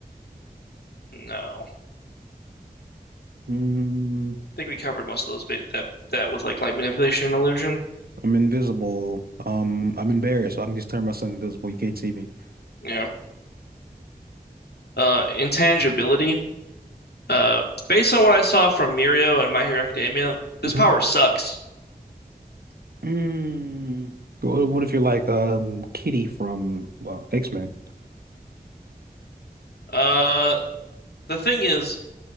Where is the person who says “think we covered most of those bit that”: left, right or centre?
Left